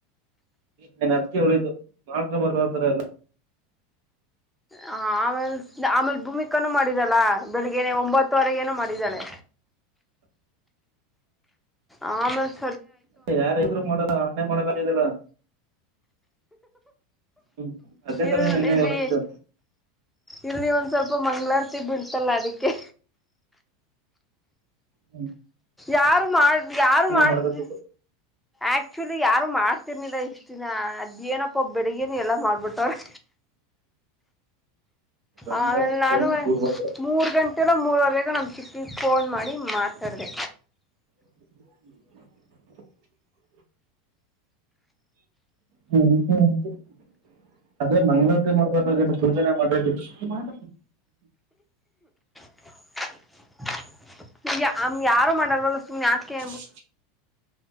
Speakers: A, on the right; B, in the centre.
A: ನಾನ್ ಅದ್ಕೆ ಹೇಳಿದು ಮಾಡ್ಕೊಬಾರ್ದಾತರ ಎಲ್ಲ.
B: ಹ ಆಮೇಲ್ ಆಮೇಲ್ ಭೂಮಿಕಾನೂ ಮಾಡಿದ್ದಾಳ ಬೆಳಿಗ್ಗೆನೆ ಒಂಬತ್ತುವರೆಗೇನೊ ಮಾಡಿದ್ದಾಳೆ. ಹಾ ಮಸ್
A: ಮತ್ತೆ ಯಾರೆದ್ರು ಮಾಡಲ್ಲ ಅಣ್ಣೆ ಮಾಡದಾಗಿದಲ್ಲ. ಹ್ಮ ಅದ್ನೆ
B: ಇಲ್
A: ತಾನೇ ನಿನ್ನೆ
B: ಇಲ್ಲಿ
A: ಹೇಳಿದ್ದು.
B: ಇಲ್ಲಿ ಒಂದ್ ಸ್ವಲ್ಪ ಮಂಗ್ಗಳಾರತಿ ಬೀಳ್ತಲ್ಲ ಅದಕ್ಕೆ.
A: ಹ್ಮ್
B: ಯಾರು ಮಾಡ್ ಯಾರು ಮಾಡ್ತಿ
A: ಮಾಡ್ಬೇಕಿತ್ತು
B: ಆಕ್ಚುಲಿ ಯಾರು ಮಾಡ್ತಿರ್ನಿಲ್ಲ ಇಷ್ಟ್ ದಿನ ಅದೇನಪ್ಪ ಬೆಳಿಗ್ಗೆನೆ ಎಲ್ಲ ಮಾಡ್ಬಿಟ್ಟವ್ರೆ.
A: ಹಂಗೆ
B: ಆಮೇಲೆ ನಾನುವೆ
A: ಟೈಮ್ ಕೂಡ್ ಬಂದ್ರೆ
B: ಮೂರ್ ಗಂಟ್ ಲೊ ಮೂರುವರೆಗೆ ನಮ್ಮ್ ಚಿಕ್ಕಿಗೆ ಫೋನ್ ಮಾಡಿ ಮಾತಾಡ್ದೆ.
A: <inaudible> ಹ್ಮ <unintelligible> ಅದೇ ಮಂಗಳ್ ತಿ ಮಾಡ್ಬಾರ್ದಾಗಿತ್ತು ಪೂಜೆನೆ ಮಾಡ್ಬ್ ಇಷ್ಟ್ ಮಾಡ
B: <inaudible> ಸಧ್ಯ ಅಮ್ ಯಾರು ಮಾಡಲ್ವಲ್ಲ ಸುಮ್ನ್ ಯಾಕ್ ಕೆ
A: <unintelligible> <unintelligible> <unintelligible> <unintelligible>